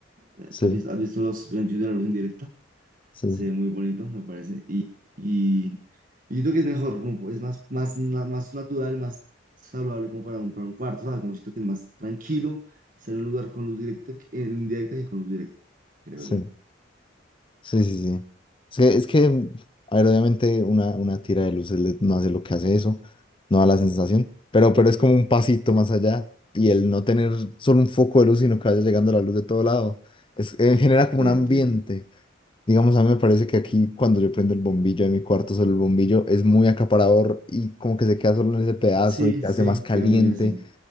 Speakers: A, on the right; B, on the left.
A: Eh,
B: Sí,
A: ¿Has vis- has visto, los beneficios de la luz indirecta?
B: sí,
A: Se ve muy bonito, me parece. Y, y, y yo creo que es mejor, como es más, más, na- más natural, más saludable como para un, para un cuarto, ¿sabes? Como siento que es más tranquilo estar en un lugar con luz directa, que- en indirecta que con luz directa, creo
B: sí,
A: yo.
B: sí, sí, sí. sí. Es que, es que, mm, a ver, obviamente una, una tira de luces le- no hace lo que hace eso, no da la sensación, pero, pero es como un pasito más allá y el no tener solo un foco de luz, sino que vaya llegando la luz de todo lado, es, eh, genera como
A: Llegan,
B: un ambiente.
A: llegan.
B: Digamos, a mí me parece que aquí cuando yo prendo el bombillo de mi cuarto, solo el bombillo es muy acaparador y como que se queda solo en ese pedazo
A: Sí,
B: y se
A: sí,
B: hace más caliente.
A: queda muy así.